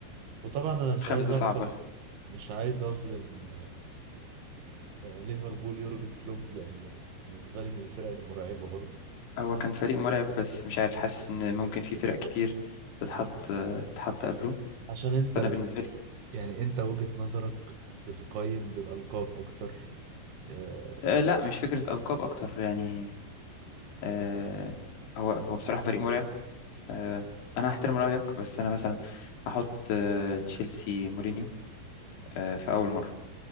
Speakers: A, on the right; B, on the left.
A: وطبعا أنا مش
B: الخامس
A: عايز
B: ده
A: أغفل
B: صعب ولا
A: مش عايز أظلم آه، ليفربول يورجن كلوب لأنه بالنسبة لي من الفرق المرعبة برضه
B: هو كان فريق مرعب بس مش عارف حاسس ان ممكن في فرق كتير تتحط تتحط قبله
A: عشان أنت
B: فانا
A: بت
B: بالنسبه لي
A: يعني أنت وجهة نظرك بتقيم بالألقاب أكتر آه،
B: آه لا مش فكره القاب اكتر يعني آه هو هو بصراحه فريق مرعب آه انا هحترم رايك بس انا مثلا هحط آه تشيلسي مورينيو آه في اول مره